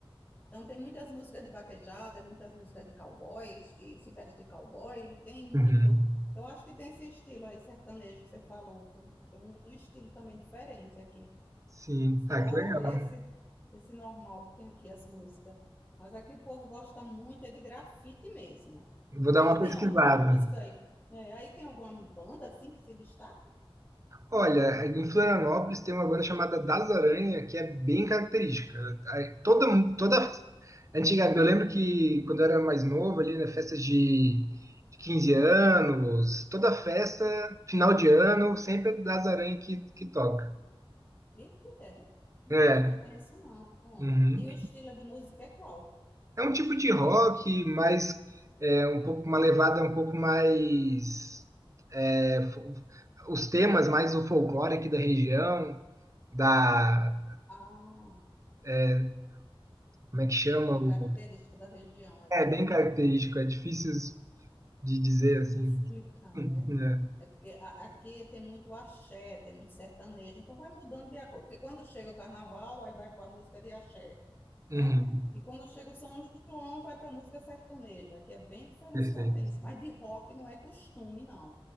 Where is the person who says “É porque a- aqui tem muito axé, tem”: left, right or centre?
Left